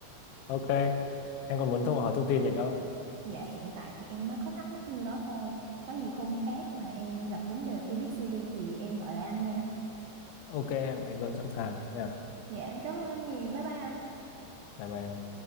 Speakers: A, on the left; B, on the right.
A: ok em còn muốn thông hỏi thông tin gì nữa không
B: Dạ hiện tại thì em mới có thắc mắc nhiêu đó thôi. Có gì hôm khác mà em gặp vấn đề khi viết CV thì em gọi lại anh nha.
A: ok em anh luôn sẵn sàng nha
B: Dạ em cảm ơn anh nhiều. Bye bye anh.
A: bye bye em